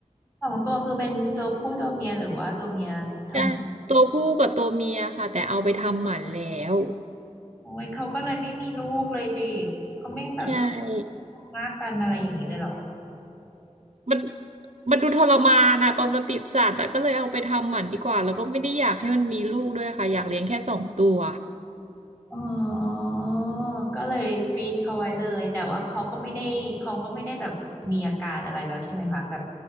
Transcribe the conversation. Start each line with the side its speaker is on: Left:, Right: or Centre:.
Left: สองตัวคือเป็นตัวผู้ตัวเมียหรือว่าตัวเมียทั้ง
Right: ได้ตัวผู้กับตัวเมียค่ะแต่เอาไปทำหมันแล้ว
Left: โอ้ยเขาก็เลยไม่มีลูกเลยสิเขาไม่แบบ
Right: ใช่
Left: มากกันอะไรอย่างนี้เลยเหรอ
Right: มันมันดูทรมานนะตอนมาติดสัตว์แต่ก็เลยเอาไปทำหมันดีกว่าแล้วก็ไม่ได้อยากให้มันมีลูกด้วยค่ะอยากเลี้ยงแค่สองตัว
Left: อ๋อก็เลยฟีดเขาไว้เลยแต่ว่าเขาก็ไม่ได้เขาก็ไม่ได้แบบมีอาการอะไรแล้วใช่ไหมคะแบบ